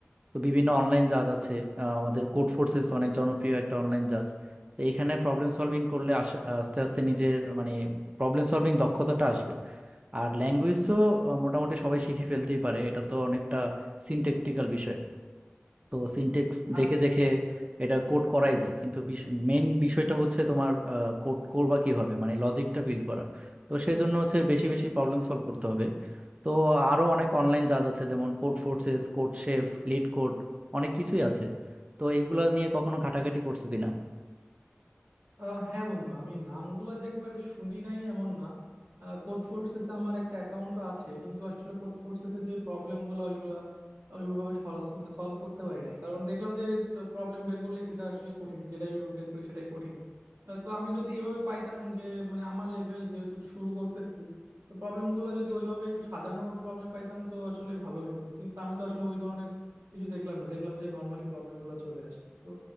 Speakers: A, on the right; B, on the right.
A: তো বিভিন্ন অনলাইন জাজ আছে আহ, আমাদের কোড ফোর্সেস অনেক জনপ্রিয় একটা অনলাইন জাজ তো এখানে প্রবলেম সলভিং করলে আশা- আস্তে আস্তে নিজের মানে প্রবলেম সলভিং দক্ষতাটা আসবে আর ল্যাঙ্গুয়েজ তো আহ, মোটামুটি সবাই শিখে ফেলতেই পারে এটা তো অনেকটা সিনট্যাকটিক্যাল বিষয় তো সিনটেক্স দেখে
B: আচ্ছা
A: দেখে এটা কোড করাই যায় কিন্তু মেন বিষয়টা হচ্ছে তোমার কোড করবা কিভাবে মানে লজিকটা বিল্ড করা তো সেই জন্য হচ্ছে বেশি বেশি প্রবলেম সলভ করতে হবে তো আরো অনেক অনলাইন জাজ আছে যেমন Codeforces CodeChef LeetCode অনেক কিছুই আছে তো এগুলো নিয়ে কখনো ঘাটাঘাটি করছো কিনা
B: আহ হ্যাঁ বন্ধু আমি নামগুলা যে একেবারে শুনি নাই এমন না কোড ফোর্সেসে আমার একটা অ্যাকাউন্ট আছে কিন্তু আসলে কোড ফোর্সেসে যে প্রবলেম গুলো ওইগুলা ওইভাবে সল- মানে সলভ করতে পারি নাই কারণ দেখলাম যে প্রবলেম বের করলেই সেটা আসলে কঠিন যেটাই বের করি সেটাই কঠিন আহ, তো আমি যদি এভাবে পাইতাম যে মানে আমার লেভেল যেহেতু শুরু করতেছি তো প্রবলেম গুলো যদি ওইভাবে একটু সাজানো প্রবলেম পাইতাম তো আসলে ভালো হতো কিন্তু আমি তো আসলে ওই ধরনের কিছু দেখলাম না দেখলাম যে নর্মালি প্রবলেম গুলো চলে আসে তো